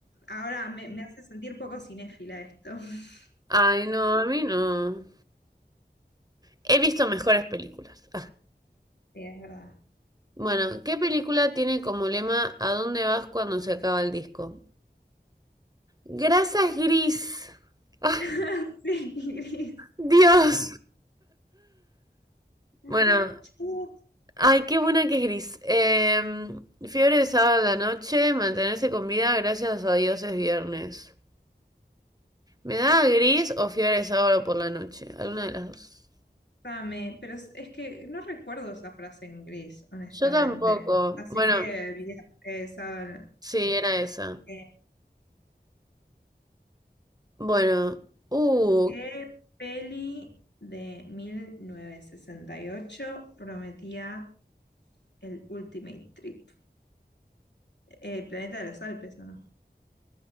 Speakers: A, on the left; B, on the right.
A: Ahora me, me hace sentir poco cinéfila esto. <laughs>
B: Ay, no, a mí no. He visto mejores películas.
A: Sí, es verdad.
B: Bueno, ¿qué película tiene como lema ¿A dónde vas cuando se acaba el disco? Grasa es gris. ¡Ay,
A: <laughs> Sí, gris.
B: Dios!
A: I
B: Bueno,
A: got you.
B: ay, qué buena que es gris. Em, fiebre de sábado a la noche, mantenerse con vida gracias a Dios es viernes. ¿Me da gris o fiebre de sábado por la noche? Alguna de las dos.
A: Dame, pero es es que no recuerdo esa frase en gris, honestamente.
B: Yo tampoco.
A: Así
B: Bueno,
A: que, bien, eh, saben,
B: sí, era esa.
A: eh,
B: Bueno, uh,
A: ¿Qué peli de 1968 prometía el Ultimate Trip? Eh, Planeta de los Alpes, ¿o no?